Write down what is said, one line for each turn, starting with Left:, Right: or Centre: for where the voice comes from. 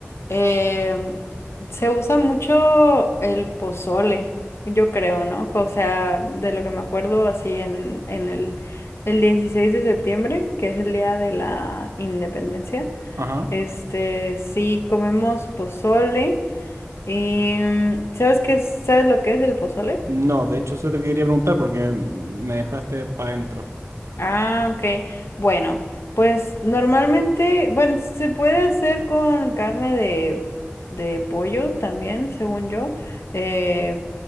Left: Em, se usa mucho el pozole, yo creo, ¿no? O sea, de lo que me acuerdo así en, en el, el 16 de septiembre, que es el día de la independencia.
Right: Ajá.
Left: Este, sí, comemos pozole. Y, mm, ¿sabes qué? es- ¿Sabes lo que es el pozole?
Right: No, de hecho eso te quería preguntar porque me dejaste para adentro.
Left: Ah, ok. Bueno, pues normalmente, bueno, se puede hacer con carne de, de pollo también, según yo. eh,